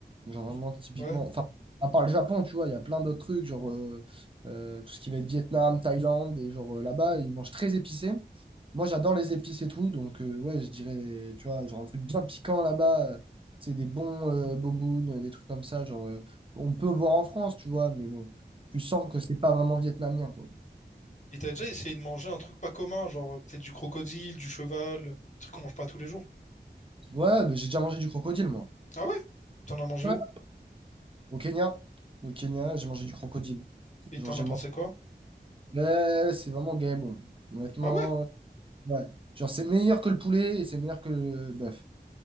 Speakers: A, on the right; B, on the left.
A: Genre vraiment typiquement,
B: Ouais.
A: enfin, à part le Japon, tu vois, il y a plein d'autres trucs, genre euh, euh, tout ce qui va être Vietnam, Thaïlande, et genre euh, là-bas, ils mangent très épicé. Moi, j'adore les épices et tout, donc euh, ouais, je dirais, tu vois, genre un truc bien piquant là-bas, euh, c'est des bons euh, bobounes, des trucs comme ça, genre euh, on peut voir en France, tu vois, mais bon, tu sens que c'est pas vraiment vietnamien, quoi.
B: Et t'as déjà essayé de manger un truc pas commun, genre euh, peut-être du crocodile, du cheval, euh, un truc qu'on mange pas tous les jours?
A: Ouais, bah, j'ai déjà mangé du crocodile, moi.
B: Ah ouais? T'en as mangé
A: Ouais,
B: où?
A: au Kenya, au Kenya, j'ai mangé du crocodile.
B: Et
A: Genre,
B: t'en
A: j'ai
B: as pensé
A: mangé
B: quoi?
A: Ouais, c'est vraiment gay, bon. Honnêtement,
B: Ah ouais?
A: ouais. Genre, c'est meilleur que le poulet et c'est meilleur que le bœuf.